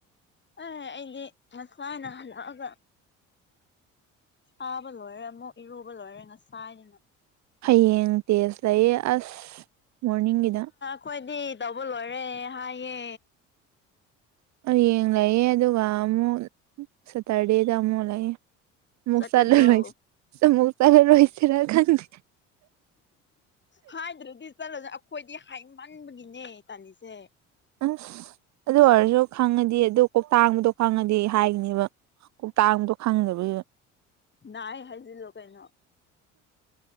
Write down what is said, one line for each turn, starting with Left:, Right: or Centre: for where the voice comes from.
Left: ꯑꯦ ꯑꯩꯗꯤ ꯉꯁꯥꯏꯅ ꯍꯜꯂꯛꯑꯒ ꯐꯕ ꯂꯣꯏꯔꯦ ꯑꯃꯨꯛ ꯏꯔꯨꯕ ꯂꯣꯏꯔꯦ ꯉꯁꯥꯏꯅꯤꯅ
Right: ꯍꯌꯦꯡ ꯇꯦꯖꯁ ꯂꯩꯌꯦ ꯑꯁ ꯃꯣꯔꯅꯤꯡꯒꯤꯗ
Left: ꯈꯣꯏꯗꯤ ꯇꯧꯕ ꯂꯣꯏꯔꯦ ꯍꯥꯏꯌꯦ
Right: ꯌꯦꯡ ꯂꯩꯌꯦ ꯑꯗꯨꯒ ꯑꯃꯨꯛ ꯁꯇꯔꯗꯦꯗ ꯑꯃꯨꯛ ꯂꯩꯌꯦ ꯃꯨꯛ
Left: ꯆꯠꯀꯗ꯭ꯔꯣ
Right: ꯆꯠꯂꯔꯣꯏ ꯑꯃꯨꯛ ꯆꯠꯏꯔꯣꯁꯤꯔ ꯈꯡꯗꯦ
Left: ꯍꯥꯏꯗ꯭ꯔꯗꯤ ꯆꯠꯂꯅꯦ ꯑꯈꯣꯏꯗꯤ ꯍꯥꯏꯃꯟꯕꯒꯤꯅꯦ ꯇꯥꯟꯂꯤꯁꯦ
Right: ꯑꯁ ꯑꯗꯨ ꯑꯣꯏꯔꯖꯨ ꯈꯪꯉꯗꯤ ꯑꯗꯨ ꯀꯣꯛꯇꯥꯡꯕꯗꯣ ꯈꯪꯉꯗꯤ ꯍꯥꯏꯒꯤꯅꯦꯕ ꯀꯧꯇꯥꯛꯗꯣ ꯈꯪꯗꯕꯒꯤ
Left: ꯅꯥꯏ ꯍꯥꯏꯖꯜꯂꯣ ꯀꯩꯅꯣ